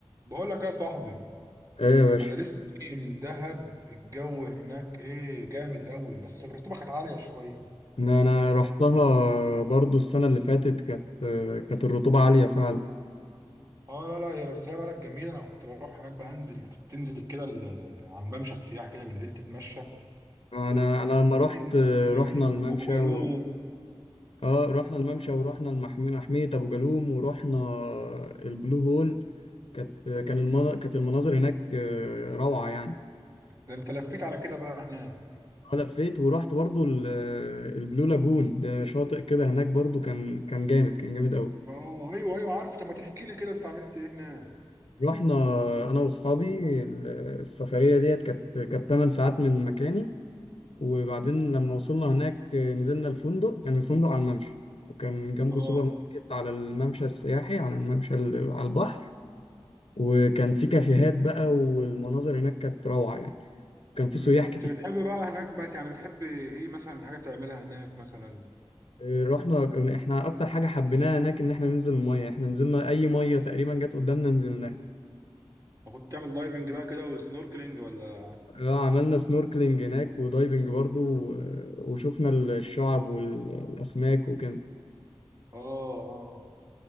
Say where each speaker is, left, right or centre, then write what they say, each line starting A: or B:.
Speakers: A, on the right; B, on the left.
A: بقول لك يا صاحبي
B: ايه يا باشا
A: انا لسه جاي من دهب الجو هناك ايه جامد قوي بس الرطوبه كانت عاليه شويه
B: ده انا رحتها برضو السنه اللي فاتت كانت كانت الرطوبه عاليه فعلا
A: اه لا لا يا بس هي بلد جميله انا كنت بروح هناك بنزل كنت تنزل كده ال- على الممشى السياحي كده بالليل تتمشى
B: انا انا لما رحت
A: اماكن أماكن جميل
B: رحنا الممشى
A: ابو جالوم
B: و... اه رحنا الممشى ورحنا المحمية محمية ابو جالوم ورحنا البلو هول كانت كان المنا... كانت المناظر هناك آه، روعه يعني
A: ده انت لفيت على كده بقى هناك
B: انا لفيت ورحت برضو ال- البلو لاجون ده شاطئ كده هناك برضو كان كان جامد كان جامد قوي
A: اه ايوه ايوه عارف طب ما تحكي لي كده انت عملت ايه هناك
B: رحنا انا واصحابي ال- السفريه ديت كانت كانت 8 ساعات من مكاني وبعدين لما وصلنا هناك آه، نزلنا الفندق كان الفندق على الممشى وكان جنبه
A: اه
B: سوبر ماركت على الممشى السياحي على الممشى ال- على البحر وكان في كافيهات بقى والمناظر هناك كانت روعة يعني كان في
A: امم
B: سياح
A: كنت
B: كتير
A: بتحب بقى هناك بقى يعني بتحب ايه مثلا حاجه تعملها هناك مثلا
B: آه، رحنا احنا اكتر حاجة حبيناها هناك ان احنا ننزل المية احنا نزلنا اي مية تقريبا جت قدامنا نزلناها
A: كنت تعمل دايفنج بقى كده وسنوركلينج ولا
B: آه، عملنا سنوركلينج هناك ودايفنج برضو و- وشفنا الشعب والاسماك وكده
A: اه اه